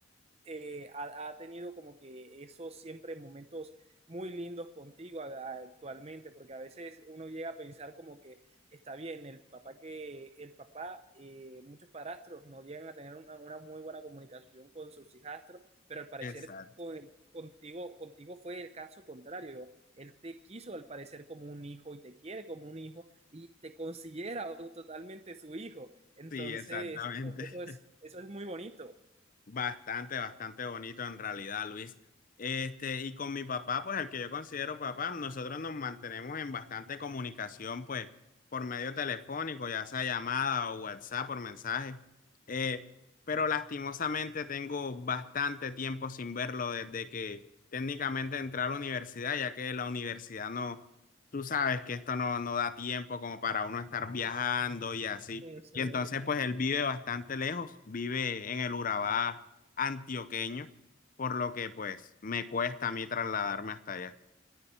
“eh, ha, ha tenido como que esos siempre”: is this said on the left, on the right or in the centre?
Right